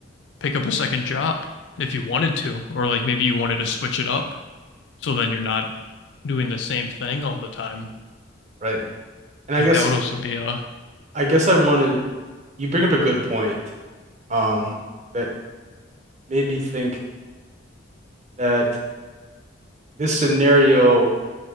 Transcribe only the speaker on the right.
right. And I
guess
I guess I wanted you bring up a good point, um, that made me think that this scenario